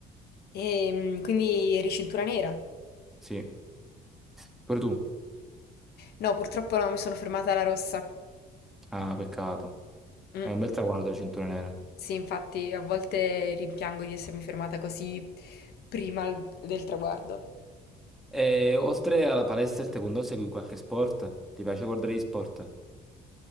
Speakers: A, on the left (about 70°); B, in the centre.
A: E, quindi eri cintura nera?
B: Sì, pure tu.
A: No, purtroppo no, mi sono fermata alla rossa.
B: Ah, peccato.
A: Mm.
B: È un bel traguardo la cintura nera.
A: Sì, infatti a volte rimpiango di essermi fermata così prima al- del traguardo.
B: E oltre alla palestra e al taekwondo segui qualche sport? Ti piace guardare gli sport?